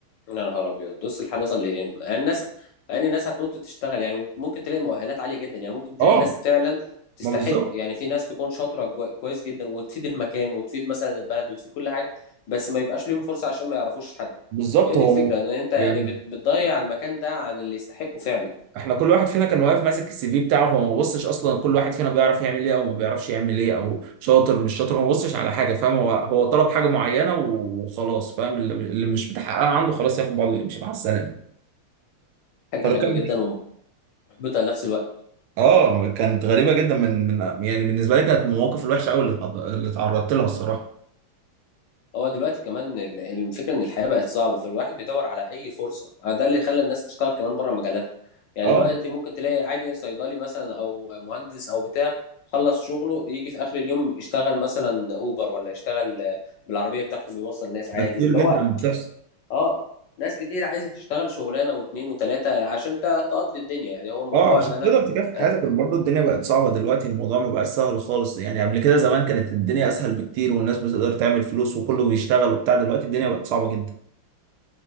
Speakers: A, on the left (about 70°); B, on the right (about 80°).
A: يا نهار ابيض بص الحال وصل لايه يعني الناس يعني الناس هتموت تشتغل يعني ممكن تلاقي مؤهلات عاليه جدا يعني ممكن تلاقي
B: اه
A: ناس فعلا تستحق
B: ما بالظبط
A: يعني في ناس تكون شاطره جوا- كويس جدا وتفيد المكان وتفيد مثلا البلد وتفيد كل حاجه بس ما يبقاش ليهم فرصه عشان ما يعرفوش حد
B: بالظبط
A: هي دي
B: هو
A: الفكره ان انت يعني
B: يعني
A: بت- بتضيع المكان ده عن اللي يستحقه فعلا
B: احنا كل واحد فينا كان واقف ماسك السي في بتاعه هو ما بصش اصلا كل واحد فينا بيعرف يعمل ايه او ما بيعرفش يعمل ايه او شاطر مش شاطر هو ما بصش على حاجه فاهم هو هو طلب حاجه معينه وخلاص فاهم اللي اللي مش بتحققها عنده خلاص ياخد بعضه ويمشي مع السلامه
A: حاجه
B: فده
A: غريبه
B: كان
A: جدا ومحبطه لنفس الوقت
B: اه كانت غريبه جدا من من يعني بالنسبه لي كانت من المواقف الوحشه قوي اللي اتعرضت لها الصراحه
A: هو دلوقتي كمان ال- الفكرة ان الحياة بقت صعبة فالواحد بيدور على اي فرصة آه، ده اللي خلى الناس تشتغل كمان بره مجالاتها يعني
B: اه
A: دلوقتي ممكن تلاقي عادي صيدلي مثلا او مهندس او بتاع خلص شغله يجي في اخر اليوم يشتغل مثلا اوبر ولا يشتغل آه، بالعربية بتاعته بيوصل ناس
B: ده
A: عادي
B: كتير
A: اللي
B: جدا
A: هو
B: بتحصل
A: اه ناس كتير عايزة تشتغل شغلانة واتنين وتلاتة عشان ت- تقضي الدنيا يعني هو الموضوع
B: اه عشان
A: ان انا
B: تقدر تكافح
A: آه،
B: حياتك برضه الدنيا بقت صعبة دلوقتي الموضوع ما بقاش سهل خالص يعني قبل كده زمان كانت الدنيا اسهل بكتير والناس بتقدر تعمل فلوس وكله بيشتغل وبتاع دلوقتي الدنيا بقت صعبة جدا